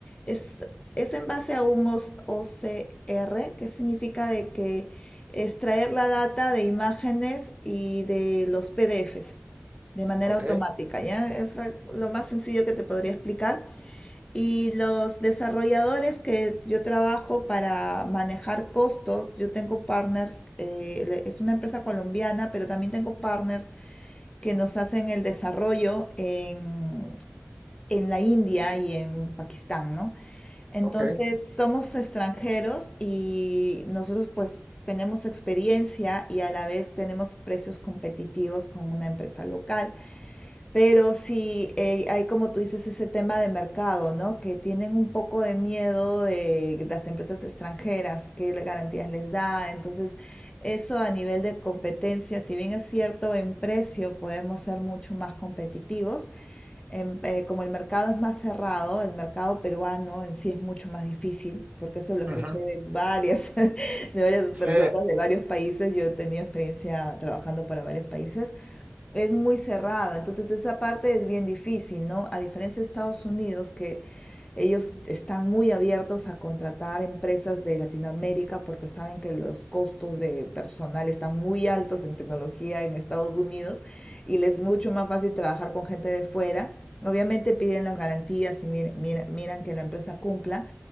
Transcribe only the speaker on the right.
Ok,
ok.
Ujú.
Sí.